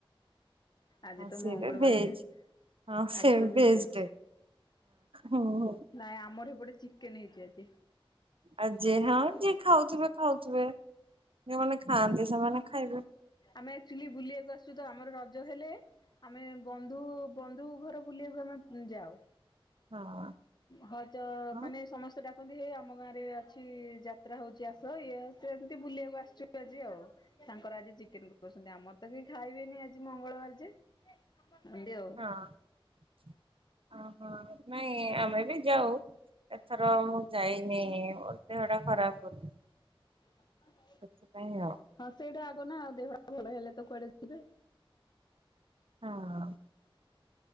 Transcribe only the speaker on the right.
ହଁ
ସେଟ
ଭେଜ୍ ହଁ
ସେ
ଭେଜ୍
ଟେ। ହଁ।
ଆଜି ହଁ ଯିଏ ଖାଉଥିବେ ଖାଉଥିବେ ଯୋଉମାନେ ଖାଆନ୍ତି ସେମାନେ ଖାଇବେ।
ହଁ।
ହଁ
ହ ଓହ ନାଇଁ ଆ ମେ ବି ଯାହଉ ଏଥର ମୁଁ ଯାଇନି ମୋ ଦେହ ଟା ଖରାପ ବୋଲି।
ସେଥିପାଇଁ ଆଉ।
ହଁ।